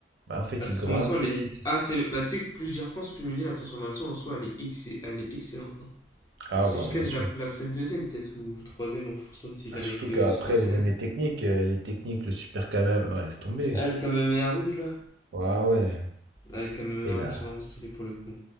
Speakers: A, on the right; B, on the left.
A: Bah, en fait,
B: La transformation,
A: ils grandissent.
B: elle est. Ah, c'est. Bah, tu sais, que plus j'y repense, plus je me dis, la transformation en soi, elle est, ex- elle est excellente. hein.
A: Ah,
B: Et CJK,
A: bah, bien
B: je
A: sûr.
B: la placerai deuxième peut-être, ou troisième en fonction de si je
A: Ah,
B: la
A: surtout
B: mets avec le
A: qu'après,
B: Super Saiyan.
A: les, même les techniques, euh, les techniques, le super Kamehameha, ouais, laisse tomber.
B: Ah, le Kamehameha rouge là
A: Ouais, ouais.
B: Ah, le Kamehameha
A: Il
B: rouge,
A: a,
B: c'est vraiment stylé pour le coup.